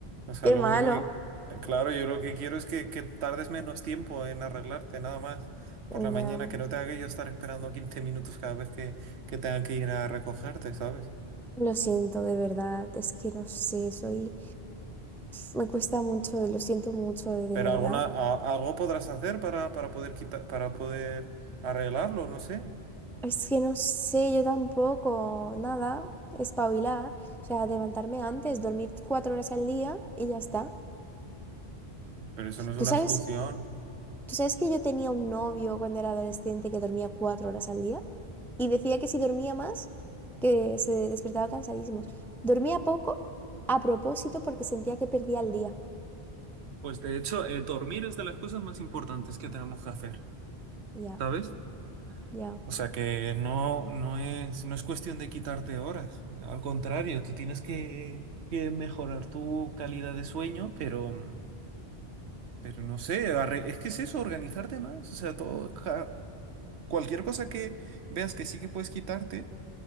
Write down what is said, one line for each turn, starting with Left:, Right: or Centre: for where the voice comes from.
Right: O sea,
Centre: Qué
Right: lo
Centre: malo.
Right: único que... Claro, yo lo que quiero es que, que tardes menos tiempo en arreglarte, nada más. Por
Centre: Ya,
Right: la mañana, que no tenga que yo estar esperando 15 minutos cada vez que, que tenga que ir a recogerte, ¿sabes?
Centre: Lo siento, de verdad. Es que no sé, soy... Me cuesta mucho, lo siento mucho, de, de
Right: Pero
Centre: verdad.
Right: alguna, a- algo podrás hacer para, para poder quitar, para poder arreglarlo, no sé.
Centre: Es que no sé, yo tampoco, nada, espabilar, o sea, levantarme antes, dormir cuatro horas al día y ya está.
Right: Pero eso no es
Centre: ¿Tú
Right: una
Centre: sabes,
Right: solución.
Centre: tú sabes que yo tenía un novio cuando era adolescente que dormía cuatro horas al día? Y decía que si dormía más, que se despertaba cansadísimo. Dormía poco a propósito porque sentía que perdía el día.
Right: Pues de hecho, eh, dormir es de las cosas más importantes que tenemos que hacer,
Centre: Ya,
Right: ¿sabes?
Centre: ya,
Right: O sea que no, no es, no es cuestión de quitarte horas. Al contrario, tú tienes que, que mejorar tu calidad de sueño, pero, mm, pero no sé, arre- es que es eso, organizarte más. O sea, todo, ca- cualquier cosa que veas que sí que puedes quitarte